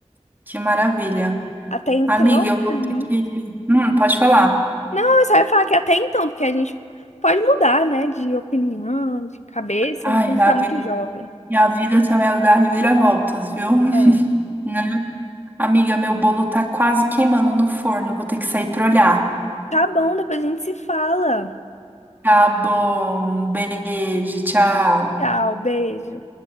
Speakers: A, on the right; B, on the left.
A: que maravilha.
B: Até então,
A: Amiga, eu vou
B: uhum.
A: ter que. Hum, pode falar.
B: Não, eu só ia falar que até então, porque a gente pode mudar, né, de opinião, de cabeça,
A: Ai,
B: a gente ainda
A: a
B: tá
A: vida,
B: muito jovem.
A: e a vida também ela dá reviravoltas, viu? <laughs>
B: É.
A: Né? Amiga, meu bolo tá quase queimando no forno, vou ter que sair pra olhar.
B: Tá bom, depois a gente se fala.
A: Tá bom, um beijo, tchau.
B: Tchau, beijo.